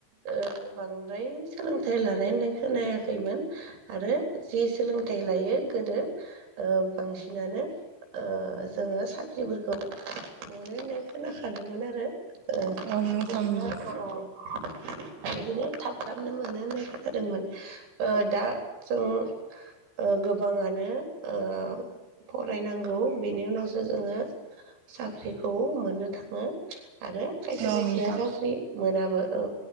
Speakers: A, on the right; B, on the right.
A: ओ बांद्राय सोलोंथाइ लानाय होननाय खोनायाखैमोन आरो जि सोलों थाइ लायो गोदो ओ बांसिनानो ओ जोङो साख्रिफोरखौ मोनो होननाय खोनाखादोंमोन आरो ओ
B: औ नोंथां
A: बिदिनो
B: नंगौ
A: <unintelligible> बिदिनो थाब थाबनो मोनो होननाय खोनादोंमोन ओ दा जों ओ गोबाङानो ओ फरायनांगौ बेनि उनावसो जोङो साख्रिखौ मोननो थाङो आरो खायसे
B: औ
A: खायसेया
B: नोंथां
A: साख्रि मोनाबो औ